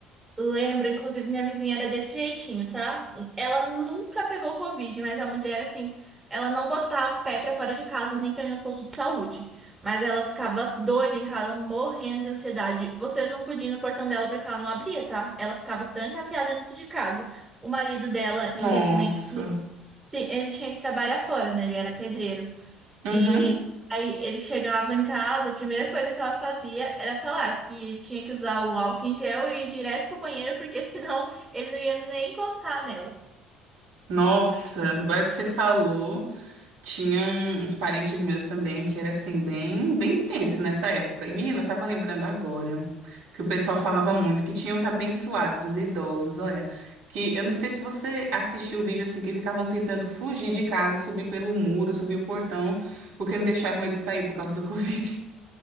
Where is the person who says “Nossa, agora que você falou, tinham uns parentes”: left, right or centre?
Right